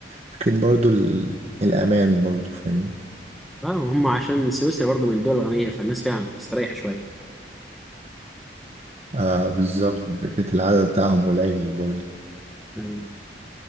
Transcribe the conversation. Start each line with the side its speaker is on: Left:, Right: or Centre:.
Right: فكرة برضو ال... الأمان برضو فاهمني
Centre: اه هم عشان سويسرا برضه من الدول الغنية فالناس فيها مستريحة شوية
Right: آه بالظبط فكرة العدد بتاعهم قليل برضو
Centre: <laughs>